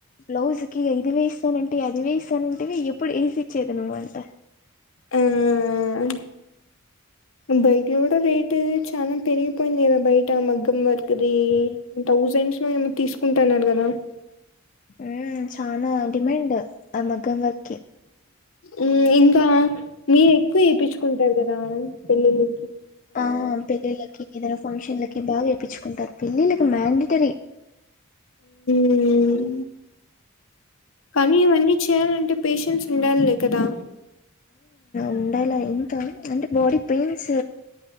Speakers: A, on the left; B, on the left.
A: బ్లౌజ్ కి ఇది వేయిస్తానంటవి అది వేయిస్తానంటేవి ఎప్పుడు వేసి ఇచ్చేది నువ్వు అంట.
B: ఊమ్. బైక్ లో కూడా రేటు చాలా పెరిగిపోయింది కదా బయట మగ్గం వర్క దీ. థౌసండ్స్ లో ఏమో తీసుకుంటున్నాను గదా.
A: హ చానా. డిమైండ్ అ మగ్గం వర్క్ కీ.
B: ఉ ఇంకా మీరు ఎక్కువ వేయిించుకుంటారు కదా పెళ్లిిళ్ళ.
A: ఆ పెళ్లిలకి ఇదర ఫంక్షన్ లకి బాగా. పిచ్చి కుంక్క. పిల్లకు. మండిటరీ
B: ఊమ్ కని ఇవ్వని చేయాల. అంటే పెషేంట్స్ ఉండాలిలే కదా.
A: ఉండయిలా ఇంత అంటే బాడీ పెయిన్స్